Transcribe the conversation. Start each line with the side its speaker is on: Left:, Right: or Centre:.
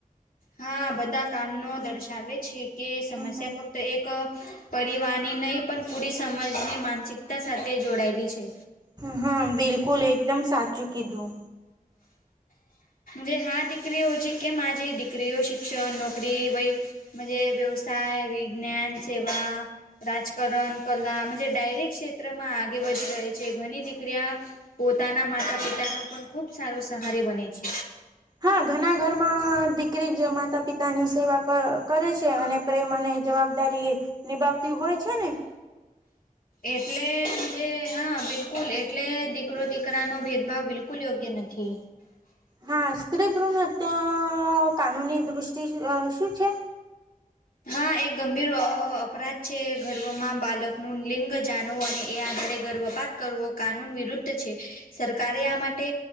Left: હા બધા કારણો દર્શાવે છે કે સમસ્યા
Right: હમ હમ
Left: ફાક તો એક પરિવારની નહીં પણ પૂરી સમજની માનસિકતા સાથે જોડાયેલી છે.
Right: હ હા બિલકુલ એકદમ સાચું કીધું.
Left: જે હા દીકરી હો છે કેમ આ જે દીકરીઓ શિક્ષણ નોકરીય વહી મજે વ્યવસાય વિજ્ઞાન સેવા રાજકારણ કલા ડાયરેક ક્ષેત્રમાં આગે વધી રહે છે ઘણી દીકરીયા પોતાના માતા પિતાનો પણ ખૂબ સારો સહારે બને છે.
Right: હા ઘણા ઘરમાં દીકરી જ માતા પિતાની સેવા કર કરે છે અને પ્રેમ અને જવાબદારી નિભાવતી હોય છે ને.
Left: એટલેમ જે હા બિલકુલ એટલે દીકરો દીકરાનો ભેદભાવ બિલકુલ યોગ્ય નથી.
Right: હા સ્ત્રી ભૂણ અત્યા કાનૂની દૃષ્ટિ આ શું છે.
Left: હા એ ગંભીર અ અપરાધ છે ગર્ભમાં બાલકનું લિંગ જાણવ અને એ દરેક ગર્ભપાત કરવો કાનૂન વિરુદ્ધ છે. સરકારે આ માટે